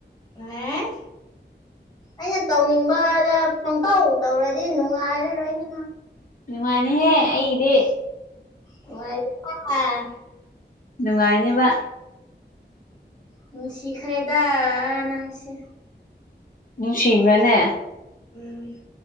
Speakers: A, on the left; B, on the left.
A: ꯋꯥꯏ ꯑꯩꯅ ꯇꯧꯅꯤꯡꯕꯗ ꯄꯪꯇꯧ ꯇꯧꯔꯗꯤ ꯅꯨꯡꯉꯥꯏꯔꯔꯣꯏꯍ‌ꯦ ꯅꯪ
B: ꯅꯨꯡꯉꯥꯏꯅꯤꯍꯦ ꯑꯩꯗꯤ
A: ꯅꯨꯉꯥꯏꯔꯤ <unintelligible>
B: ꯅꯨꯡꯉꯥꯏꯅꯦꯕ
A: ꯅꯨꯡꯁꯤꯈꯔꯦꯗꯥ ꯅꯪꯁ‌ꯦ
B: ꯅꯨꯡꯁꯤꯕ꯭ꯔꯥꯅꯦ
A: ꯎꯝ